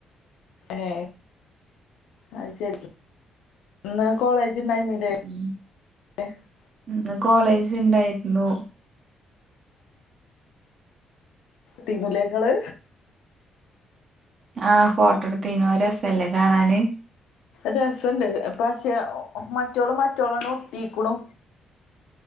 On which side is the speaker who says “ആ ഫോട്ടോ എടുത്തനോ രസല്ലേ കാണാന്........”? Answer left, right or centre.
Right